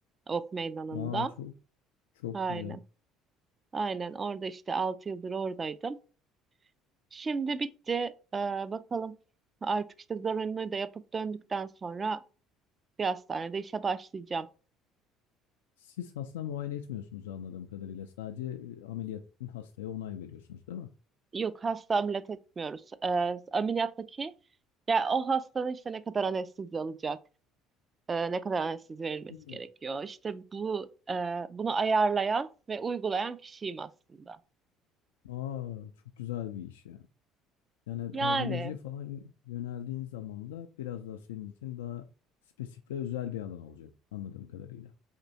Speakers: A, on the right; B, on the left.
A: Ok meydanında.
B: Aa, çok çok
A: Aynen.
B: güzel.
A: Aynen orada işte 6 yıldır oradaydım. Şimdi bitti. Ee, bakalım artık işte zorunluluğu da yapıp döndükten sonra bir hastanede işe başlayacağım.
B: Siz hasta muayene etmiyorsunuz anladığım kadarıyla. Sadece e, ameliyat için hastaya onay veriyorsunuz, değil mi?
A: Yok hasta ameliyat etmiyoruz. Ee, ameliyattaki ya o hastanın işte ne kadar anestezi alacak, e, ne kadar anestezi verilmesi
B: Hmm.
A: gerekiyor. İşte bu e, bunu ayarlayan ve uygulayan kişiyim aslında.
B: Aa, çok güzel bir iş ya. Yani algolojiye
A: Yani
B: falan y- yöneldiğin zaman da biraz daha senin için daha spesifik ve özel bir alan olacak anladığım kadarıyla.